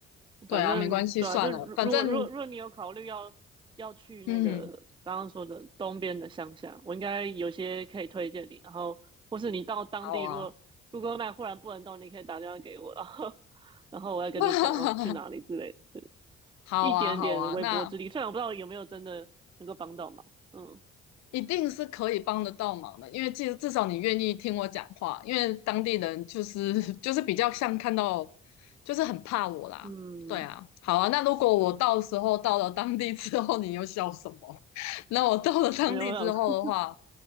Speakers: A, on the left; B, on the right.
A: 对啊，
B: 反正对啊，
A: 没关系，算了，
B: 就如如果如果如果你有考虑要要去那个刚刚说的东边的乡下，
A: 反正嗯，
B: 我应该有些可以推荐你。然后，或是你到当地，
A: 好啊，
B: 如果 g o o g 忽然不能动，你可以打电话给我，然后然后我要跟你讲要去哪里之类的，
A: <laughs> 好啊，
B: 一点点微薄之力。
A: 好啊，那
B: 虽然我不知道有没有真的能够帮到忙，嗯
A: 一定是可以帮得到忙的，因为至至少你愿意听我讲话，因为当地人就是 <laughs> 就是比较像看到，就是很怕我啦。
B: 嗯，
A: 对啊，好啊，那如果我到时候到了当地之后，你又笑什么？<laughs> 那我到了当地之后的话，
B: 没有想，